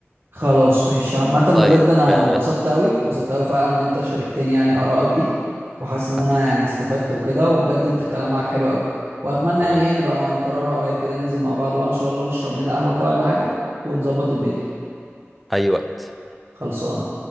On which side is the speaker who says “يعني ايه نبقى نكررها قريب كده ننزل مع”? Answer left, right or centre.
Right